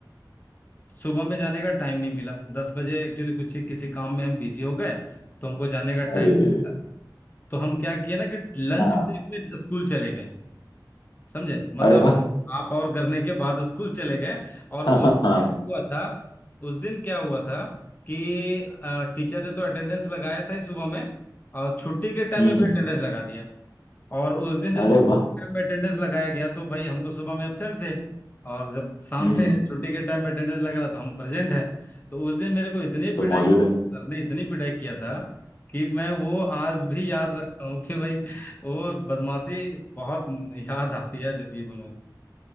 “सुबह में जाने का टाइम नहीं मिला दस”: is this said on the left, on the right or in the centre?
Left